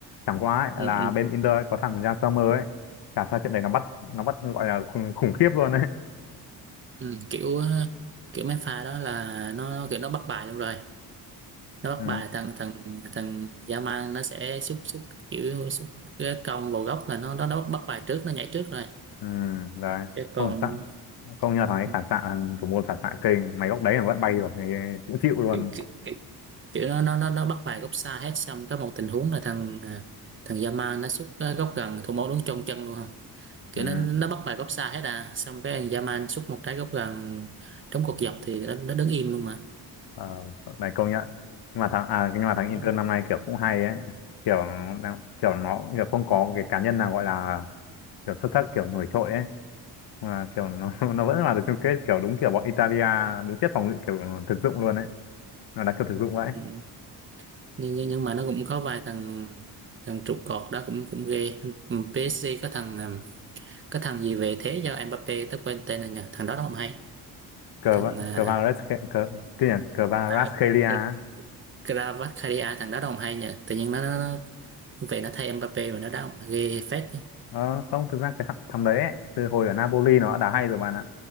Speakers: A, on the left (about 75°); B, on the right (about 30°).
A: chẳng qua ấy,
B: ừ,
A: là
B: ừ. ừ.
A: bên Inter ấy, có thằng Jan Sommer ấy cả sao trận đấy nó bắt nó bắt gọi là khủng, khủng khiếp luôn ấy
B: Ừ, kiểu ờ, kiểu mấy pha đó là nó kiểu nó bắt bài luôn rồi nó
A: ừ,
B: bắt bài thằng thằng thằng dã nó sẽ xúc xúc kiểu xúc cái cong vào góc là nó nó nó bắt bắt bài trước nó nhảy trước rồi
A: ừ đấy
B: cái còn
A: không phản xạ công nhận là thằng ấy
B: ừ,
A: phản xạ thằng thủ môn phản xạ kinh mấy góc đấy mà vẫn bay
B: ừ,
A: được thì cũng chịu luôn
B: kiểu kiểu, kiểu kiểu nó nó nó nó bắt bài góc xa hết xong có một tình huống là thằng à, thằng dã nó xúc ờ, góc gần thủ môn đứng trong chân luôn không kiểu
A: ừ
B: nó nó bắt bài góc xa hết à xong cái thằng dã xúc một trái góc gần trúng cột dọc thì nó, nó đứng im luôn mà
A: Ờ, này công nhận nhưng mà thằng à nhưng mà thằng Inter
B: ừ,
A: năm nay kiểu cũng hay ấy kiểu nó- kiểu nó kiểu không có cái cá nhân nào gọi là kiểu xuất sắc kiểu nổi trội ấy mà kiểu nó <laughs> nó vẫn
B: ừ,
A: là được chung kết kiểu đúng kiểu bọn Italia
B: ừ.
A: đúng chất phòng ngự kiểu thực dụng luôn ấy nó đá kiểu thực dụng vậy
B: ừ. nhưng nhưng nhưng mà nó cũng có vài thằng thằng trụ cột đó cũng cũng ghê Ừ, PSG có thằng ừm, có thằng gì về thế do Mbappe tớ quên tên rồi nhỉ thằng đó đâu không hay
A: cờ
B: thằng à,
A: Cavaras cờ cái gì nhỉ? Kvaratskhelia
B: à
A: á.
B: Kr- Kvaratskhelia thằng đó đâu không hay nhỉ tự nhiên nó, nó, nó về nó thay Mbappe mà nó đá không ghê phết nhỉ.
A: ờ, không thực ra cái thằng, thằng đấy ấy, từ hồi ở Napoli nó đã đá hay rồi bạn ạ